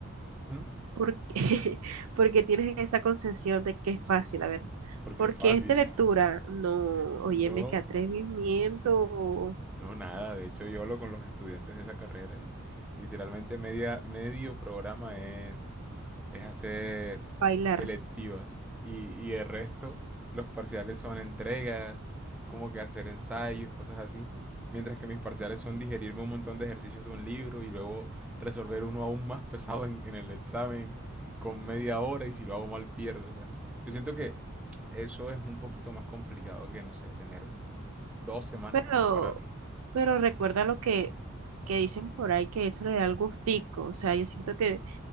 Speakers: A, in the centre; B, on the right.
A: ¿Mm?
B: ¿por qué, <laughs> por qué tienes esa concepción de que es fácil? A ver,
A: Porque
B: ¿por
A: fácil.
B: qué es de lectura?
A: <laughs>
B: No, óyeme,
A: No.
B: qué atrevimiento
A: No, nada, de hecho yo hablo con los estudiantes de esa carrera y literalmente media, medio programa es, es hacer
B: bailar.
A: electivas y, y el resto, los parciales son entregas, como que hacer ensayos, cosas así, mientras que mis parciales son digerirme un montón de ejercicios de un libro y luego resolver uno aún más pesado en, en el examen con media hora y si lo hago mal pierdo, o sea, yo siento que eso es un poquito más complicado que, no sé, tener dos semanas
B: Pero,
A: para prepararlo
B: pero recuerda lo que, que dicen por ahí, que eso le da el gustico. O sea, yo siento que